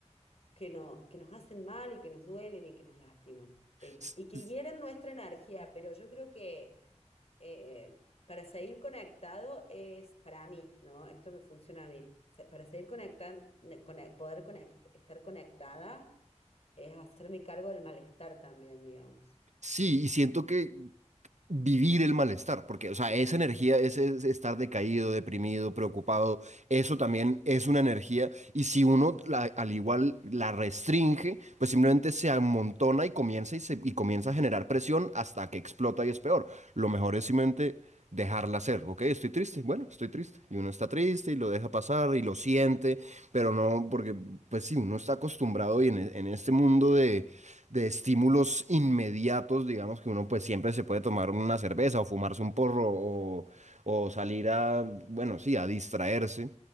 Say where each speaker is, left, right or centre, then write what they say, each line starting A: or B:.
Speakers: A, on the left; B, on the right.
A: que, no, que nos hacen mal y que nos duelen y que nos lastiman eh,
B: S-
A: y que
B: s-
A: hieren nuestra energía. Pero yo creo que eh, para seguir conectado es para mí, ¿no? Esto me funciona a mí. Se- Para seguir conectando, poder conect- estar conectada es hacerme cargo del malestar también, digamos.
B: Sí, y siento que vivir el malestar, porque, o sea, esa energía, ese ese estar decaído, deprimido, preocupado, eso también es una energía, y si uno la- al igual la restringe, pues simplemente se amontona y comienza y, se, y comienza a generar presión hasta que explota y es peor. Lo mejor es simplemente dejarla ser, ok, estoy triste, bueno, estoy triste, y uno está triste y lo deja pasar y lo siente, pero no, porque pues sí, uno está acostumbrado y en, e- en este mundo de, de estímulos inmediatos, digamos que uno pues siempre se puede tomar una cerveza o fumarse un porro o, o salir a, bueno, sí, a distraerse,